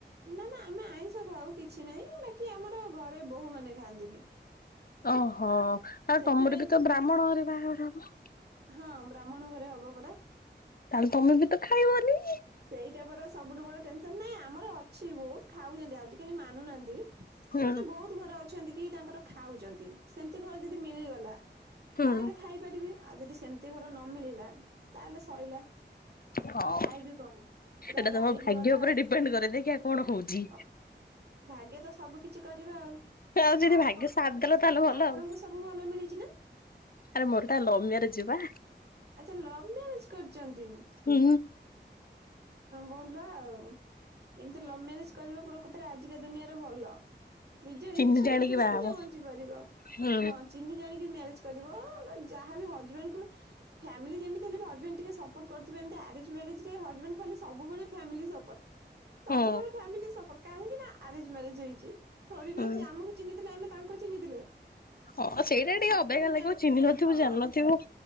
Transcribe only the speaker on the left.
ଅହୋ ତାଲେ
ତମର ବି ତ ବ୍ରାହ୍ମଣ ଘରେ ବାହାଘର ହବ।
ତାହେଲେ ତମେ ବି ତ ଖାଇବନି?
ହୁଁ
ହୁଁ
ହଉ
ଏଇଟା
ତମ ଭାଗ୍ୟ
ଉପରେ
ଡିପେଣ୍ଡ କରେ ଦେଖିଆ କଣ ହଉଛି।
ଆଉ ଯଦି
ଭାଗ୍ୟ ସାଥ ଦେଲା ତାହେଲେ ଭଲ
ଆଉ
ଆରେ ମୋରଟା ଲଭ୍ ମ୍ୟାରଜ୍ ବା।
ହୁଁ
ଚିହ୍ନି
ଜାଣିକି
ବାହାହବ
ହୁଁ
ହୁଁ
ହୁଁ
ହଁ, ସେଇଟା ଟିକେ
ଅଵାଗିଆ
ଲାଗିବ ଚିହ୍ନ ନଥିବୁ
ଜାଣନଥିବୁ।